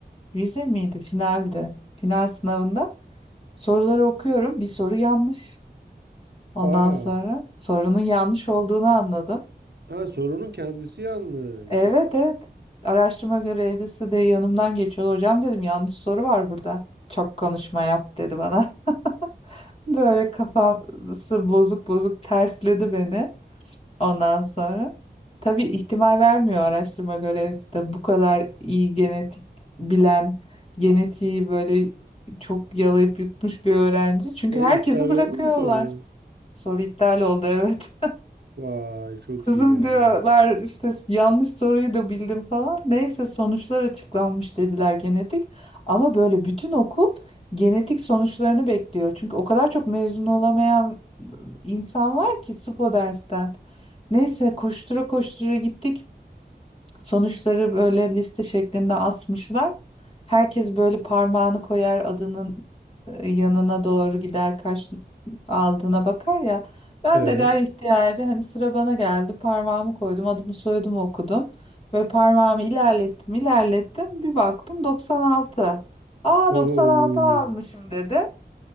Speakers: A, on the left; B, on the right.
A: vize miydi finaldi. Final sınavında soruları okuyorum bir soru yanlış. Ondan
B: Aa,
A: sonra sorunun yanlış olduğunu anladım.
B: ha sorunun kendisi yanlış.
A: Evet evet araştırma görevlisi de yanımdan geçiyordu. Hocam dedim yanlış soru var burada. Çok konuşma yap dedi bana. <laughs> Böyle kafası bozuk bozuk tersledi beni ondan sonra. Tabii ihtimal vermiyor araştırma görevlisi de bu kadar iyi genetik bilen, genetiği böyle çok yalayıp yutmuş bir öğrenci. Çünkü
B: E
A: herkesi
B: iptal
A: bırakıyorlar.
B: oldu mu soru?
A: Soru iptal oldu evet.
B: Vay çok
A: Kızım
B: iyi ya.
A: diyorlar işte yanlış soruyu da bildim falan. Neyse sonuçlar açıklanmış dediler genetik. Ama böyle bütün okul genetik sonuçlarını bekliyor. Çünkü o kadar çok mezun olamayan insan var ki SPO dersten. Neyse koştura koştura gittik. Sonuçları böyle liste şeklinde asmışlar. Herkes böyle parmağını koyar adının e, yanına doğru gider kaç aldığına bakar ya. Ben
B: Evet.
A: de gayet ihtiyari hani sıra bana geldi parmağımı koydum adımı soyadımı okudum. Böyle parmağımı ilerlettim ilerlettim bir baktım 96. Aa
B: Oo.
A: 96 almışım dedi.